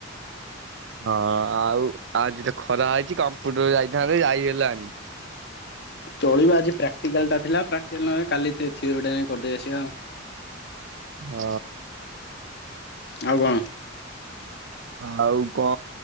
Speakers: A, on the right; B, on the left.
A: ହଁ ଆଉ ଆଜି ତ ଖରା ହେଇଛି କମ୍ପ୍ୟୁଟର ଯାଇଥାନ୍ତେ ଯାଇ ହେଲାନି। <inaudible>
B: ଚଳିବ ଆଜି ପ୍ରାକ୍ଟିକାଲ ଟା ଥିଲା ପ୍ରାକ୍ଟିକାଲ ନହେଲେ କାଲି ଥିଓରି ଟା ଯାଇଙ୍କି କରିଦେଇକି ଆସିବା ଆଉ।
A: ଅ
B: ଆଉ କଣ?
A: ଆଉ କ